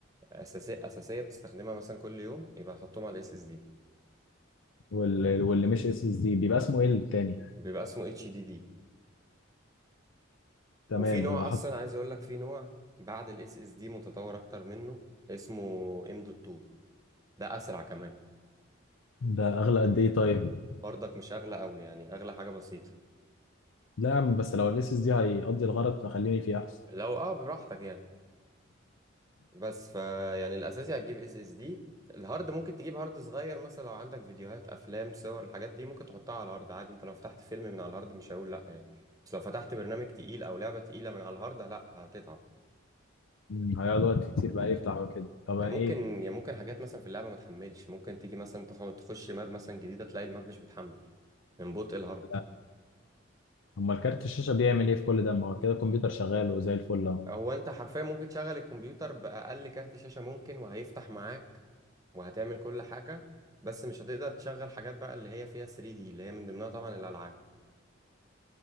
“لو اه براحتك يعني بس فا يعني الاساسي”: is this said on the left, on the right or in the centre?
Right